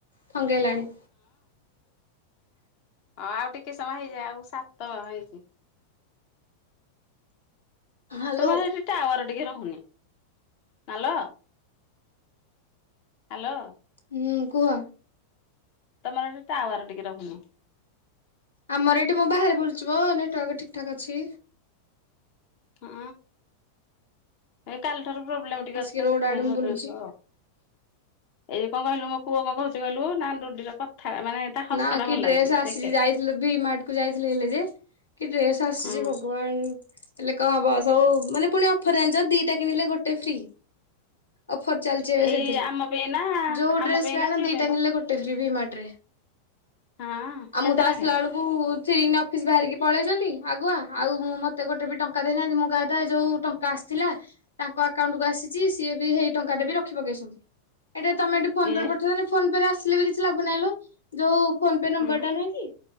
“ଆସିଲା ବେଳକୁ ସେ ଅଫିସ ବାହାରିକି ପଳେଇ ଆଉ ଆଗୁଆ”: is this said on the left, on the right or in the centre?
Left